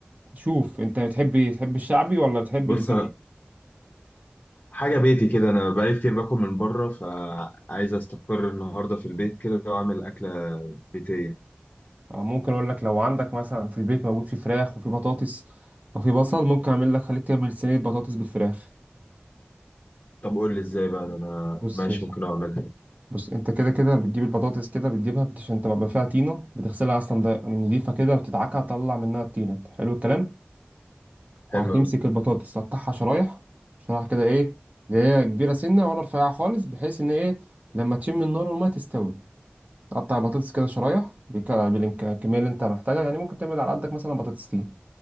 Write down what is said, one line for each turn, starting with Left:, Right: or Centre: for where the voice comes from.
Right: شوف انت بتحب تحب الشعبي ولا بتحب
Left: بص
Right: البيتي
Left: حاجه بيتي كده انا بقالي كتير باكل من بره فعايز استقر النهارده في البيت كده واعمل اكله بيتيه
Right: آه ممكن اقول لك لو عندك مثلا في البيت موجود في فراخ وفي بطاطس وفي بصل ممكن اعمل لك خليك تعمل صينيه بطاطس بالفراخ
Left: طب قول لي ازاي بقى انا
Right: بص
Left: ماشي
Right: يا صاحبي
Left: ممكن اعملها
Right: بص انت كده كده بتجيب البطاطس كده بتجيبها بت- عشان تبقى فيها طينه بتغسلها اصلا ده- نضيفه كده وبتدعكها تطلع منها الطينه حلو الكلام تمام وهتمسك
Left: حلوه أوي.
Right: البطاطس تقطعها شرايح شرايح كده ايه اللي هي كبيره سنه ولا رفيعه خالص بحيث ان ايه لما تشم النار والميه تستوي تقطع البطاطس كده شرايح بالك- بالكميه اللي انت محتاجها يعني ممكن تعمل على قدك مثلا بطاطستين